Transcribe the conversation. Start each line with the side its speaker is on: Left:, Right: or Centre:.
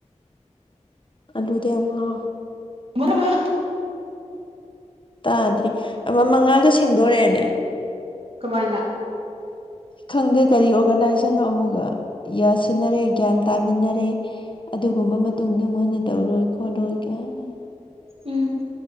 Left: ꯑꯜꯂꯨꯗ ꯌꯥꯝ ꯉꯥꯎꯋꯤ
Right: <inaudible>
Left: ꯇꯥꯗ꯭ꯔꯤ ꯑꯃ ꯃꯉꯥꯜꯗꯣ ꯁꯦꯡꯗꯣꯔꯛꯑꯦꯅꯦ
Right: ꯀꯃꯥꯏꯅ
Left: ꯈꯪꯗꯦ ꯀꯔꯤ ꯑꯣꯔꯒꯅꯥꯏꯖꯦꯁꯟꯅꯣ ꯑꯃꯨꯒ ꯌꯥꯁꯤꯟꯅꯔꯦ ꯒ꯭ꯌꯥꯟ ꯇꯥꯃꯤꯟꯅꯔꯦ ꯑꯗꯨꯒꯨꯝꯕ ꯃꯇꯨꯡꯗ ꯃꯨꯣꯏꯟꯅ ꯇꯧꯔꯣꯏ ꯈꯣꯠꯂꯣꯏ ꯀꯥꯏꯅ
Right: ꯎꯝ